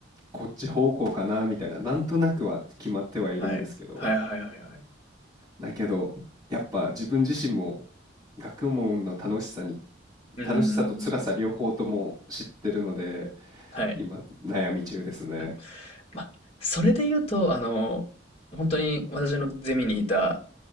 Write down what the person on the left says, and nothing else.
はい。はいはいはいはい。
うーん。
はい。
うん。ま、それで言うと、あの、本当に私のゼミにいた